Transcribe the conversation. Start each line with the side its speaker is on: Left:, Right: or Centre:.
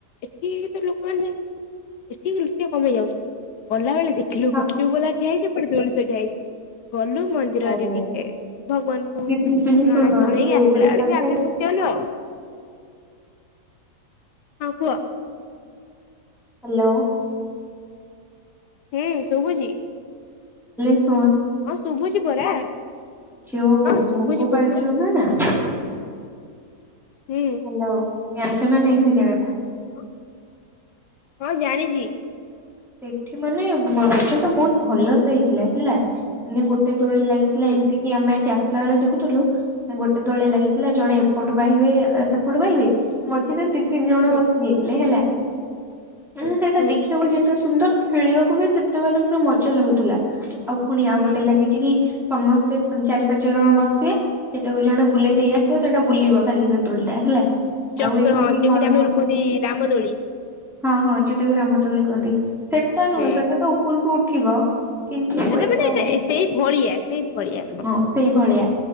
Left: ଏଠି ତ ଲୋକମାନେ ଯାଆନ୍ତିନି ଏଠି ଲୁସିଆ ଙ୍କ ପାଇଁ ଯାଉଛନ୍ତି ଗଲାବେଳେ ଦେଖିଲୁ
Centre: ହଁ
Left: ଗୁପଚୁପ ବାଲା ଠିଆ ହେଇଚି ଏପଟେ <unintelligible> ଯାଇଚି। ଗଲୁ ମନ୍ଦିରରେ
Centre: ଆରେ
Left: ଟିକେ
Centre: ଆରେ
Left: ଭଗବାନଙ୍କୁ
Centre: ଦିଦି ଦିଦି
Left: ପ୍ରଣାମ
Centre: ଶୁଣ ହଁ
Left: ଜଣେଇକି
Centre: ଯୋଉ
Left: ଆସିଲା
Centre: ଗୋଟେ
Left: ବେଳକୁ
Centre: କଥା
Left: ଆମେ ଖୁସି ହେଲୁ ଆଉ। ହଁ କୁହ।
Centre: ହାଲୋ।
Left: ହୁଁ ଶୁଭୁଚି।
Centre: <unintelligible>
Left: ହଁ ଶୁଭୁଛି ପରା।
Centre: ଯଉ
Left: ହଁ ଶୁଭୁଛି
Centre: ମୁଗ
Left: କହୁନା
Centre: <unintelligible>
Left: ହୁଁ
Centre: ହାଲୋ। ଜାଣିଚ ନା ନାଇଁ ସେ ଜାଗାଟା?
Left: ହଁ। ହଁ ଜାଣିଚି।
Centre: ସେଠି ମାନେ ରଜ ଟା ବହୁତ ଭଲସେ ହେଇଥିଲା ହେଲା ମାନେ ଗୋଟେ ଦୋଳି ଲାଗିଥିଲା
Left: ହୁଁ
Centre: ଏମତିି କି ଆମେ ଥିଲା ବେଳେ ଦେଖୁଥୁଲୁ ଗୋଟେ ଦୋଳି ଲାଗି ଥିଲା ଜଣେ ଏପଟୁ ବାହିବେ ସେପଟେ ବାହିବେ ମଝିରେ ଦି ତିନି ଜଣ
Left: ହୁଁ
Centre: ବସି ଯାଇଥିଲେ ହେଲା।
Left: ହୁଁ
Centre: ହେଲେ ସେଇଟା
Left: ହୁଁ
Centre: ଦେଖିବାକୁ ଯେ ସୁନ୍ଦର ଖେଳିବାକୁ ବି ସେତେ ମାନେ ପୁରା ମଜା ଲାଗୁଥିଲା। ଆଉ ପୁଣି ଆଉ
Left: ହୁଁ
Centre: ଗୋଟେ ଲାଗିଚି କି ସମସ୍ତେ ଚାରି ପାଞ୍ଚ ଜଣ ବସିବେ ସେଟାକୁ ଜଣେ ବୁଲେଇ ଦେଇ ଆସିବ ସେଇଟା ବୁଲିବ ଖାଲି ସେ ଦୋଳିଟା ହେଲା।
Left: ଚକ୍ର
Centre: ଆଉ ଏମିତି
Left: ଯେମିତି
Centre: ନର୍ମ
Left: ଆମେ ରୁଖନ୍ତି ରାମଦୋଳି
Centre: ହଁ ହଁ ଯୋଉଟା କୁ ରାମ ଦୋଳି କହନ୍ତି। ସେଟା ନୁହେଁ
Left: ହୁଁ
Centre: ସେଟା ତ ଉପରକୁ ଉଠିବ କିନ୍ତୁ ଏଟା
Left: ମାନେ
Centre: ହଁ
Left: ସେଇ ଭଳିଆ ସେଇ ଭଳିଆ
Centre: ହଁ ସେଇଭଳିଆ।